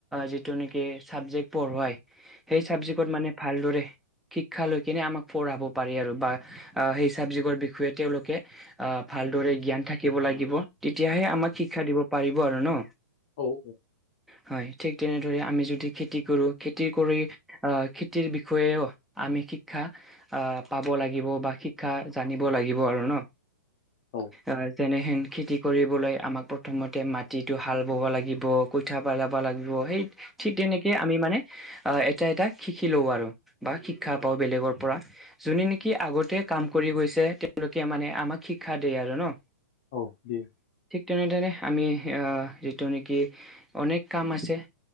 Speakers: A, in the centre; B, on the left (about 35°).
A: যিটো নেকি চাবজেক্ট পঢ়োৱায় সেই চাবজিকত মানে ভালদৰে শিক্ষা লৈ কেনে আমাক পঢ়াব পাৰি আৰু বা আহ সেই চাবজেক্টৰ বিষয়ে তেওঁলোকে আহ ভালদৰে জ্ঞান থাকিব লাগিব তেতিয়াহে আমাক শিক্ষা দিব পাৰিব আৰু ন?
B: অ'।
A: হয় ঠিক তেনেদৰে আমি যদি খেতি কৰো খেতি কৰি আহ খেতিৰ বিষয়েও আমি শিক্ষা আহ পাব লাগিব বা শিক্ষা জানিব লাগিব আৰু ন।
B: অ
A: আহ যেনেহেন খেতি কৰিবলৈ আমাক প্ৰথমতে মাটিত টো হাল বব লাগিব কইঠা পেলাব লাগিব সেই ঠিক তেনেকে আমি মানে আহ এটা- এটা শিকি লও আৰু, বা শিক্ষা পাওঁ বেলেগৰ পৰা। যোনে নেকি আগতে কাম কৰি গৈছে, তেওঁলোকে মানে আমাক শিক্ষা দিয়ে আৰু ন।
B: অহ। দিয়ে।
A: ঠিক তেনেদৰে, আমি আহ -যিটো নেকি অনেক কাম আছে।